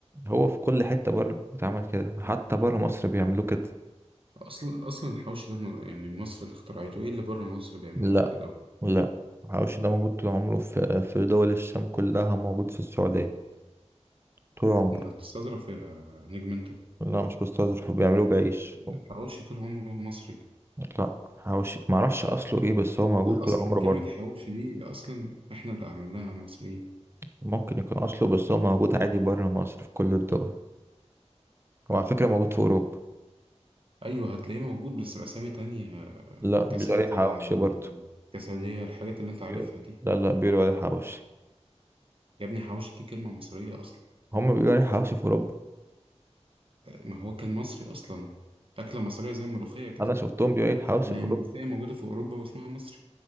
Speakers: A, on the right (about 20°); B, on the right (about 50°).
A: هو في كل حتة بره بيتعمل كده حتى بره مصر بيعملوه كده
B: اصلا اصلا الحوش ده م- يعني مصر اللي اخترعته ايه اللي بره مصر بيعملوه
A: لا
B: كده
A: لا الحواوشي ده موجود طول عمره في في دول الشام كلها موجود في السعودية طول عمره
B: انت هتستظرف يا نجم انت
A: لا مش بستظرف بيعملوه بعيش
B: الحواوشي طول عمره مصري
A: لا حواوشي ما اعرفش اصله ايه بس هو موجود
B: ده
A: طول
B: اصلا
A: عمره بره
B: كلمة حواوشي دي اصلا احنا اللي عملناها مصريين
A: ممكن يكون اصله بس هو موجود عادي بره مصر في كل الدول وعلى فكرة موجود في اوروبا
B: ايوه هتلاقيه موجود بس باسامي تانية
A: لا
B: كاسات
A: بيقولوا عليه حواوشي
B: آم،
A: برضه
B: كاسادية الحاجات اللي انت عارفها
A: بيقولوا-
B: دي
A: لا لا بيقولوا عليه حواوشي
B: يا ابني حواوشي دي كلمة مصرية اصلا
A: هم بيقولوا عليه حواوشي في اوروبا
B: ما هو كان مصري اصلا اكلة مصرية زي الملوخية كده
A: انا شفتهم بيقولوا عليه حواوشي
B: ما هي
A: في
B: الملوخية
A: اوروبا
B: موجودة في اوروبا واسمها مصري